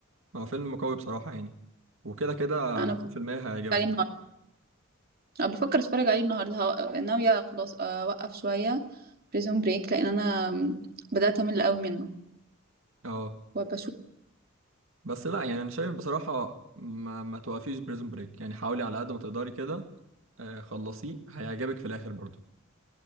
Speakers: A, on the right; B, on the right.
A: هو فيلم قوي بصراحة يعني وكده كده
B: انا
A: ميتين
B: بفكر
A: في المية هيعجبك
B: عليه النهارده انا بفكر اتفرج عليه النهارده هو- ناويه خلاص آه، اوقف شويه بريزون بريك لان انا بدات امل قوي منه
A: أه
B: وبشوف
A: بس لا يعني أنا شايف بصراحة ما, ما توقفيش بريزون بريك يعني حاولي على قد ما تقدري كده آه، خلصيه هيعجبك في الآخر برضه